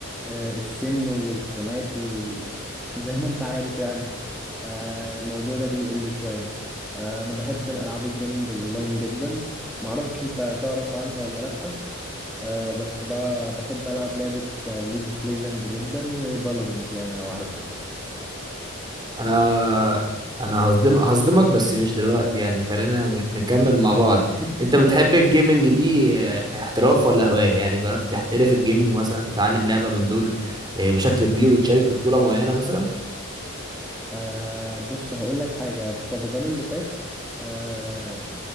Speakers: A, in the centre; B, on the right.
A: آه السن والالتزامات وال... <laughs> زي ما انت عارف يعني آه الموضوع ده بيقل شوية آه انا بحب الالعاب الجيمنج الاونلاين جدا معرفش انت تعرف عنها ولا لا آه بس ب- بحب العب لعبة ليج اوف ليجند جدا وفالورنت يعني لو عارفهم
B: انا انا هصدم هصدمك بس مش دلوقتي يعني خلينا نكمل مع بعض
A: <laughs>
B: انت بتحب
A: ماشي
B: الجيمنج دي آه، احتراف ولا هواية يعني جربت تحترف الجيمنج مثلا تتعلم لعبة من دول آه، بشكل كبير وتشارك في بطولة معينة مثلا
A: آه بص هقول لك حاجة في رمضان اللي فات آه،